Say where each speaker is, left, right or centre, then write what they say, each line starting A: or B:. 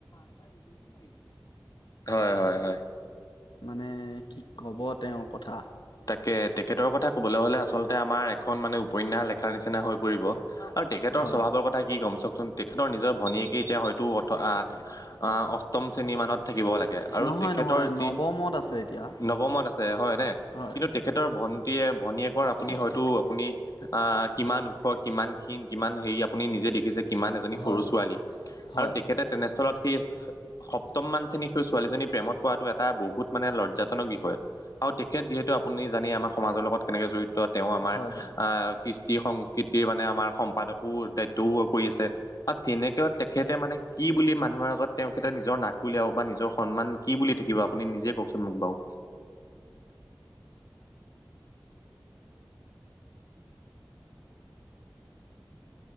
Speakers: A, on the left; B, on the left.
A: <unintelligible> হয় হয় হয়।
B: মানে কি ক'ব তেওঁৰ কথা!
A: তাকে, তেখেতৰ কথা কবলৈ হ'লে আচলতে আমাৰ এখন মানে উপন্যাস লেখাৰ নিচিনা হৈ! পৰিব, আৰু তেখেতৰ
B: হয়
A: স্বভাৱৰ কথা কি ক'ম! চাওকচোন তেখেতৰ নিজৰ ভনীয়েকে এতিয়া হয়! তু অৰ্ৎ আঠ অ আ স্তম শ্ৰেণী মানত থাকিব লাগে আৰু
B: নহয়
A: তেখেতৰ
B: নহয় নৱমত
A: যি
B: আছে এতিয়া
A: নৱমত আছে হয়নে?
B: হয়
A: কিন্তু তেখেতৰ ভণ্টীয়ে ভনীয়েকৰ আপুনি হয়তো আপুনি! আহ কিমান ওখ কিমান ক্ষীণ কিমান হেৰি আপুনি নিজে দেখিছে। কিমান এজনী
B: হয়
A: সৰু
B: হয়
A: ছোৱালী
B: হয়
A: আৰু তেখেতে তেনেস্থলত সেই! সপ্তম মান শ্ৰেনী সেই ছোৱালীজনীৰ প্ৰেমত পৱাটো এটা বহুত মানে লজ্জাজনক বিষয়! আৰু তেখেত যিহেতু আপুনি জানেই আমাৰ সমাজৰ লগত কেনেকে জড়িত! তেওঁ আমাৰ
B: হয় হয়
A: আহ কৃষ্টি সংস্কৃতিৰ মানে আমাৰ সম্পাদকো দায়িত্বও কৰি আছে। আৰু তেনেক তেখেতে মানে কি বুলি মানুহৰ আগত তেখেতে নিজৰ নাকটো উলিয়াব বা নিজৰ সন্মান! কি বুলি থাকিব আপুনি নিজে কওকচোন মোক বাউ!